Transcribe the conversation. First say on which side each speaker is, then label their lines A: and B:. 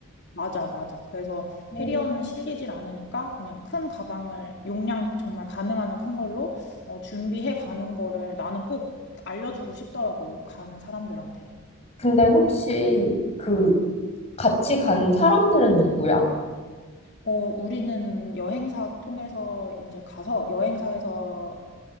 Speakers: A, on the left; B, on the left.
A: 맞아, 맞아. 그래서
B: 음.
A: 해리어는 실리질 않으니까 그냥 큰 가방을 용량 정말 가능하면 큰 걸로 어, 준비해 가는 거를 나는 꼭 알려주고 싶더라고, 이거 가는 사람들한테.
B: 근데 혹시 그 같이 간 사람들은 누구야?
A: 어, 우리는 여행사 통해서 이제 가서 여행사에서